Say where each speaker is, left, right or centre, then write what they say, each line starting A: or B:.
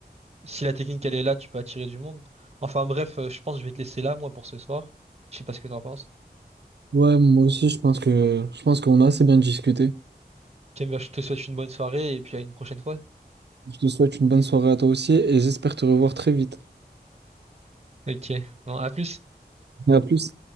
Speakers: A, on the right; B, on the right.
A: Si la technique elle est là, tu peux attirer du monde. Enfin bref, euh, je pense que je vais te laisser là, moi, pour ce soir. Je sais pas ce que t'en penses.
B: Ouais, moi aussi, je pense que je pense qu'on a assez bien discuté.
A: Ok, bah, je te souhaite une bonne soirée et puis à une prochaine fois.
B: Je te souhaite une bonne soirée à toi aussi et j'espère te revoir très vite.
A: Ok, bon, à plus.
B: à plus.